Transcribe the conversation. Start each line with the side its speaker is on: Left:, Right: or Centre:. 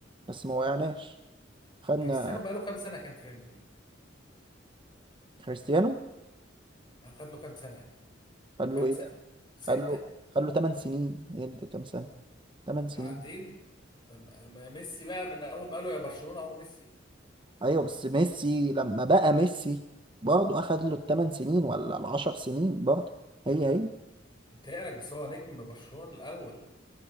Right: بس ما وقعناش خدنا
Left: كريستيانو بقى له كام سنة كان في ريال مدريد
Right: كريستيانو
Left: اخد له كام سنة يعني
Right: خد
Left: خمسة
Right: له ايه
Left: ستة
Right: خد له خد له 8 سنين ايه اللي كام سنه 8
Left: قاعدين
Right: سنين
Left: طب ما ميسي بقى من اول ما قالوا يا برشلونة هو ميسي
Right: ايوه بس ميسي لما بقى ميسي برضه اخد له الثمان سنين ولا العشر سنين برضه هي هي
Left: انت يقلق بس هو نجم برشلونة الاول